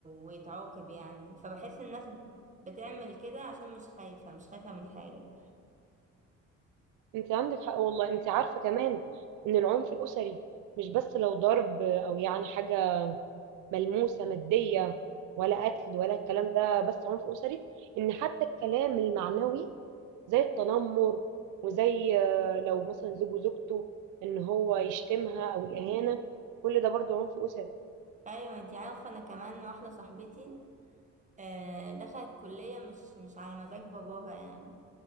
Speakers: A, on the right; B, on the right.
A: ويتعاقب يعني فبحس الناس بتعمل كده عشان مش خايفة مش خايفة من حاجة
B: انت عندك حق والله انت عارفه كمان ان العنف الاسري مش بس لو ضرب او يعني حاجه ملموسه ماديه ولا قتل ولا الكلام ده بس عنف اسري ان حتى الكلام المعنوي زي التنمر وزي آه، لو مثلا زوج وزوجته ان هو يشتمها او الاهانه كل ده برضو عنف اسري
A: ايوه انتي عارفه انا كمان واحده صاحبتي آه، دخلت كليه مش مش على مزاج باباها يعني